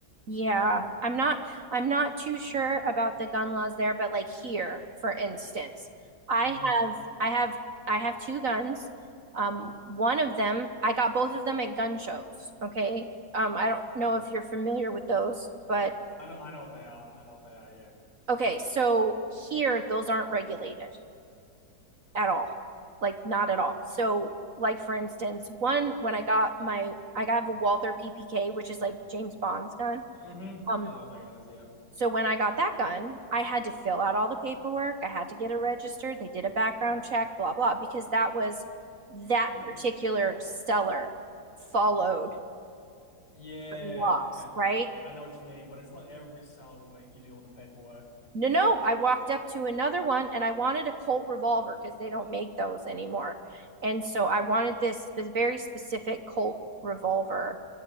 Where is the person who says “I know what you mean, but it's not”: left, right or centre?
Left